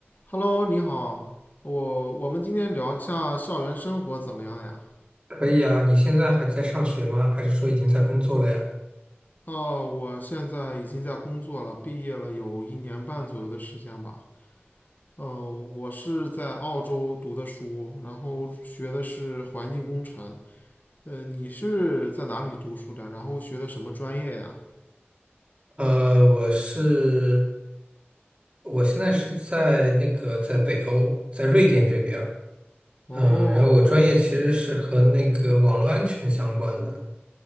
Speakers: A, on the left (about 45°); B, on the right (about 30°).
A: Hello，你好，我我们今天聊一下校园生活怎么样呀？
B: 可以啊，你现在还在上学吗？还是说已经在工作了呀？
A: 哦，我现在已经在工作了，毕业了有一年半左右的时间吧。呃，我是在澳洲读的书，然后学的是环境工程。呃，你是在哪里读书的？然后学的什么专业呀？
B: 呃，我是，我现在是在那个在北欧，在瑞典这边儿。
A: 哦，
B: 嗯，然后我专业其实是和那个网络安全相关的。